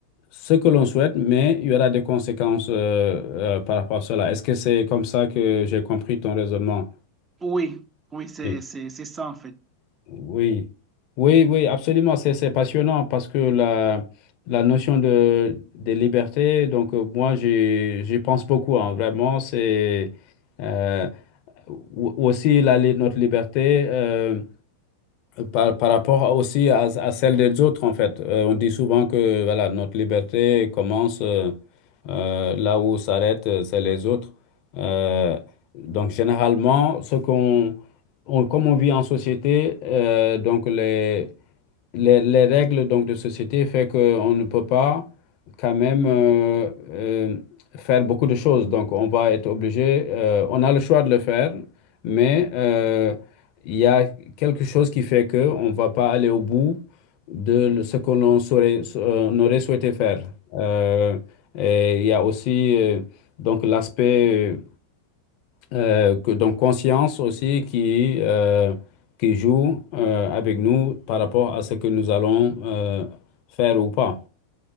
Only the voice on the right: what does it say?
Oui, oui, c'est
ça en fait.